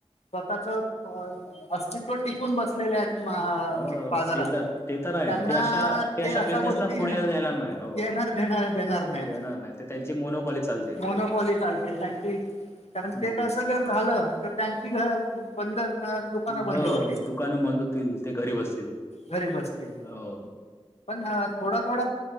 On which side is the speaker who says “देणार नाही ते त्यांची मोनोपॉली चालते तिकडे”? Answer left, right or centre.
Left